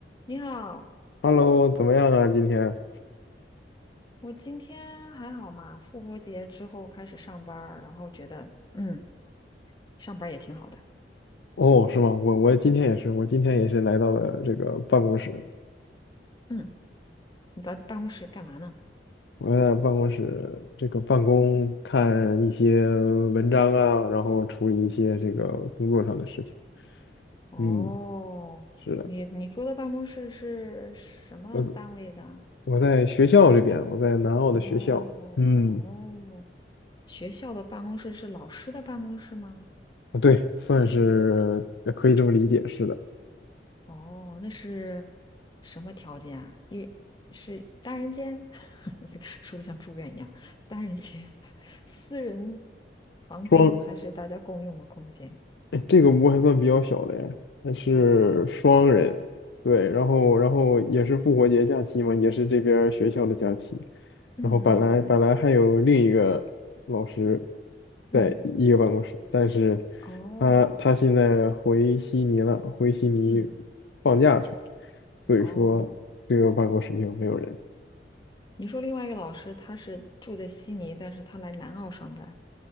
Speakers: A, on the left; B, on the left.
A: 你好，
B: Hello，怎么样啊？今天？
A: 我今天还好嘛？复活节之后开始上班儿然后觉得嗯，上班儿也挺好的。
B: 哦，是吗？我我今天也是，我今天也是来到了这个办公室，
A: 嗯，你在办公室干嘛呢？
B: 我在办公室这个办公，看一些文章啊，然后处理一些这个工作上的事情。
A: 哦，
B: 嗯，是的，
A: 你你说的办公室是什么单位的？
B: 我我在学校这边，我在南澳的学校。
A: 哦哦，
B: 嗯，
A: 学校的办公室是老师的办公室吗？
B: 啊对，算是呃可以这么理解，是的。
A: 哦，那是什么条件啊？一是单人间，<laughs> 说的像住院一样，单人间、私人房间还是大家共用的空间？
B: 双。哎，这个屋还算比较小的哎，它是双人，
A: 哦，
B: 对，然后然后也是复活节假期嘛，也是这边儿学校的假期，
A: 嗯嗯
B: 然后本来本来还有另一个老师
A: 嗯
B: 在一个办公室，但是
A: 嗯，哦，
B: 他他现在回悉尼了，回悉尼
A: 嗯
B: 放假去了，所以说这个办公室就没有人。
A: 哦，你说另外一个老师他是住在悉尼，但是他来南澳上班，